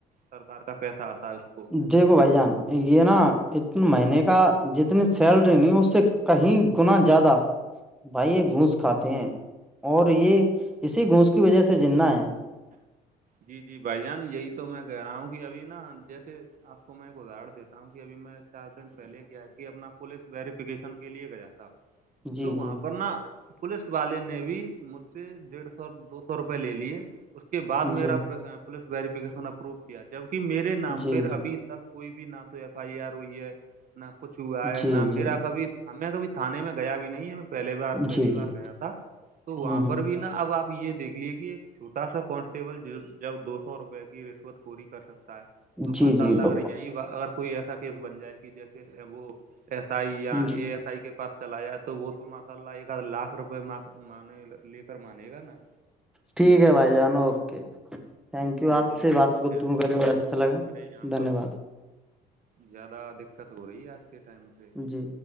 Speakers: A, on the right (about 55°); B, in the centre.
A: سرکار کا پیسہ آتا ہے اس کو
B: دیکھو بھائی جان یہ نا اتنے
A: جی
B: مہینے کا جتنی سیلری نہیں اس سے کہیں گنا زیادہ بھائی یہ گھونس کھاتے ہیں اور یہ اسی گھونس کی وجہ سے جہ ہے
A: جی جی بھائی جان یہی تو میں کہہ رہا ہوں کہ ابھی نا جیسے آپ کو میں ایک اداہر دیتا ہوں کہ ابھی میں چار دن پہلے کیا کہ اپنا پوولس ویریفکیشن کے لیے گیا تھا
B: جی
A: تو وہاں
B: جی
A: پر نا پوولس والے نے بھی مجھ سے ڈیڑھ سو دو سو روپے لے لیے اس کے بعد
B: جی جی
A: میرا پولیس ویریفکیشن اپروو کیا جبکہ میرے نام
B: جی
A: پہ ابھی تک کوئی بھی نہ تو ایف آئی آر ہوئی ہے نہ کچھ ہوا ہے
B: جی
A: نہ
B: جی
A: میرا کبھی ہمیں کبھی تھاانے میں گیا بھی نہیں ہے میں پہلی بار
B: جی
A: پہلی بار
B: جی
A: گیا تھا تو وہاں
B: ہوں
A: پر
B: ہ
A: بھی نا اب آپ یہ دیکھ لیے کہ ایک چھوٹا سا کانسٹیبل جب دو سو روپئے کی رشوت پوری کر سکتے تو
B: جی
A: ماشاء
B: جی
A: اللہ
B: تو
A: اگر یہی اگر کوئی ایسا کیس بن جائے کہ جیسے وہ ایس آئی یا اے
B: جی
A: ایس آئی کے پاس چلایا تو وہ تم لی کا لاکھ روپئے لے کر مانے گا نا
B: ٹھیک ہے بھائی جان اوکے تھینک یو
A: جی
B: آپ
A: یہی
B: سے بات
A: تو میں
B: گفتگو
A: کہہ رہا ہوں
B: کر
A: بھائی
B: کے بڑا
A: جان
B: اچھا
A: کہ
B: لگا
A: ہمارے یہاں
B: دھنیہ
A: پر
B: واد
A: زیادہ دقت ہو رہی ہے آج کے ٹائم پہ
B: جی